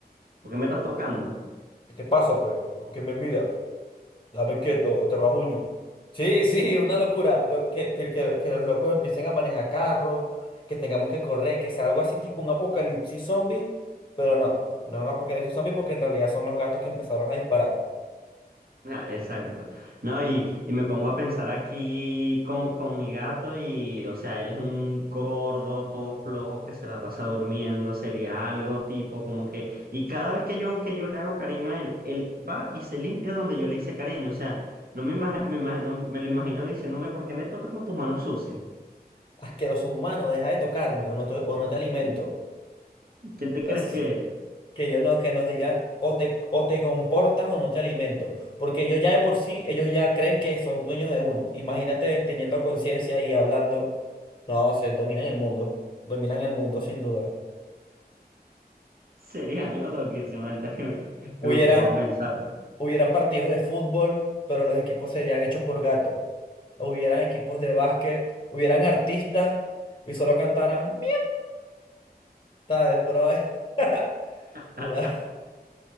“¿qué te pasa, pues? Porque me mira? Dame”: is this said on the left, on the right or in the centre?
Left